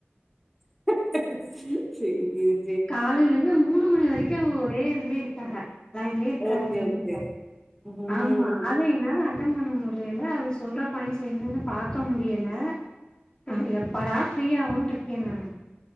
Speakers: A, in the centre; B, on the left.
A: <unintelligible>
B: காலையில இருந்து மூணு மணி வரைக்கு ஒரே இதுலே இருக்காக லைன்லே இருக்கறாக
A: ஓகே
B: மீட்டிங்ல
A: ஓகே ம்
B: ஆமா அத என்னால அட்டன் பண்ண முடியல அவர் சொல்ற பாயிண்ட்ஸ் என்னன்னு பாக்க முடியல நம்ம எப்படா ஃப்ரீயாவோன்றிக்கே நானு